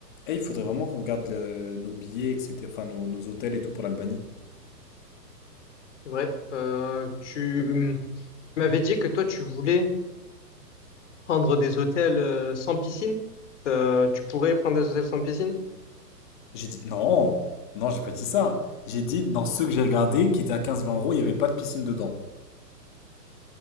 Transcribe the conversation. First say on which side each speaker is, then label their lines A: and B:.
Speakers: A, on the left; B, on the left.
A: Eh, il faudrait vraiment qu'on regarde le- nos billets, etc. Enfin, nos, nos hôtels et tout pour l'Albanie.
B: C'est vrai. Euh, tu tu m'avais dit que toi, tu voulais prendre des hôtels euh, sans piscine. Euh, tu pourrais prendre des hôtels sans piscine?
A: J'ai dit non, non, j'ai pas dit ça. J'ai dit dans ceux que j'ai regardés, qui étaient à quinze vingt euros, il n'y avait pas de piscine dedans.